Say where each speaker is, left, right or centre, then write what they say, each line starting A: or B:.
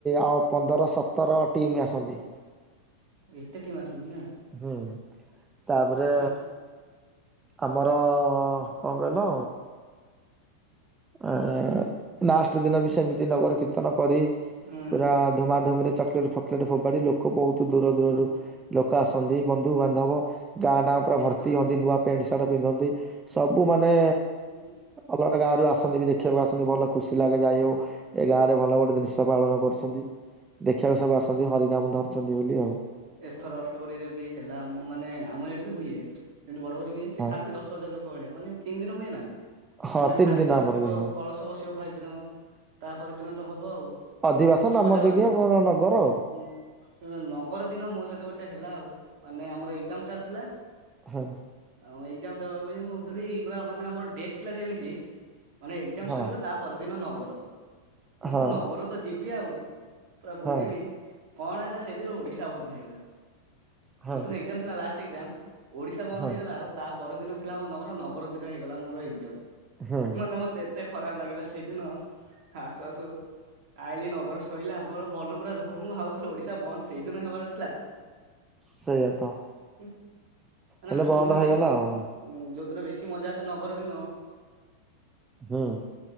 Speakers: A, on the right (about 15°); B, on the right (about 45°).
A: ଆଉ ପନ୍ଦର ସତର ଟିମ୍ ଆସନ୍ତି।
B: ଏତେ ଟିମ୍ ଆସନ୍ତି ନା।
A: ହୁଁ। ତାପରେ
B: ହଁ
A: ଆମର କଣ କହିଲ ଆ ଲାଷ୍ଟ ଦିନ ବି ସେମିତି ନଗର କୀର୍ତ୍ତନ କରି
B: ହୁଁ।
A: ପୁରା ଧୁମାଧୁମ ରେ ଚକଲେଟ ଫକଲେଟ ଫୋପାଡି ଲୋକ ବହୁତ ଦୂର ଦୂରରୁ
B: ହୁଁ
A: ଲୋକ ଆସନ୍ତି ବନ୍ଧୁବାନ୍ଧବ ଗାଁ ଟା ପୁରା
B: ଏଥର
A: ଭର୍ତ୍ତି ହୁଅନ୍ତି ନୂଆ ପ୍ୟାଣ୍ଟ ସାର୍ଟ ପିନ୍ଧନ୍ତି ସବୁ ମାନେ
B: <unintelligible>
A: ଅଲଗା ଗାଁରୁ ଆସନ୍ତି ବି ଦେଖିବାକୁ ଆସନ୍ତି ଭଲ ଖୁସି ଲାଗେ ଯାଇ ହଉ ଏ ଗାଁରେ ଭଲ ଗୋଟେ ଜିନିଷ ପାଳନ କରୁଛନ୍ତି ଦେଖିବାକୁ ସବୁ ଆସନ୍ତି ହରିନାାମ ଧରିଛନ୍ତି ବୋଲି ଆଉ।
B: ଏଥର ଅଷ୍ଟପ୍ରହରୀ ରେ ବି ହେଲା ମୁଁ ମାନେ ଆମ ଏଇଡେ ବି ହୁଏ ସେମତି ବଡ ବଡି ହୁଏ ସେ
A: ହଁ
B: ଖାନ୍ତି ଦଶ ହଜାର ଲୋକ ଭଳିଆ ମାନେ ତିନି ଦିନ ହୁଏ ନା
A: ହଁ
B: ମାନେ
A: ତିନି
B: ଫାଇଭ୍ ଦିନ
A: ଆମର
B: ଅଥିବ
A: ବି ହଁ
B: କଳସ ବସିବ ଫାଇଭ୍ ଦିନ। ତାପରଦିନ ତ ହବ ଆଉ
A: ଅଧିବାସ
B: ଶିବ
A: ନାମ
B: ଜାଗର
A: ଯଜ୍ଞ
B: ଦିନ
A: ନଗର ଆଉ
B: ହୁଁ କଣ ନଗର ଦିନ ମୋ ସହିତ ଗୋଟେ ହେଲା ଆଉ ମାନେ ଆମର ଏଜାମ ଚାଲିଥିଲା
A: ହଁ।
B: ଆଉ ଏଜାମ ଦେବା ପାଇଁ ମୁଁ କହୁଥିଲି ପା ମାନେ ଆମର ଡେଟ ଥିଲା ଯେମିତି ମାନେ ଏକ୍ଜାମ
A: ହଁ
B: ସରିବ ତା ପରଦିନ ନଗର ବୁଝଥିଲି
A: ହଁ
B: ନଗର ତ ଯିବି ଆଉ ପୁରା ବୁଲିବି
A: ହଁ
B: କଣ ହେଲା ସେଇଦିନ ଓଡିଶା ବନ୍ଦ ହେଇଗଲା
A: ହଁ
B: ଯୋଉ ଦିନ ଥିଲା ଲାଷ୍ଟ ଏଜାମ ଓଡିଶା ବନ୍ଦ
A: ହଁ
B: ହେଇଗଲା ଆଉ ତା ପର ଦିନ ଥିଲା ଆମ ନଗର ନଗର ଦିନ ହେଇଗଲା ମୋର ଏଜାମ
A: ହୁଁ
B: ମାନେ ମୋତେ ଏତେ ଏତେ ଖରାପ ଲାଗିଲା ସେଇଦିନ ଆସୁ ଆସୁ ଆଇଲିି ନଗର ସରିଲା ଆମର ମନ ପୁରା ଦୁଃଖ ଆଗ ମୁଁ ଭାବୁଥିଲି ଓଡିଶା ବନ୍ଦ ସେଇଦିନ ହେବାର ଥିଲା
A: ସେଇଆ ତ
B: ମାନେ
A: ହେଲେ
B: ଯଉଦିନ
A: ବନ୍ଦ ହେଇଗଲା
B: ବେଶୀ ଉୁଁ
A: ଆଉ
B: ଯୋଉ ଦିନ ବେଶୀ ମଜା ଆସେ ନଗର ଦିନ
A: ହଁ।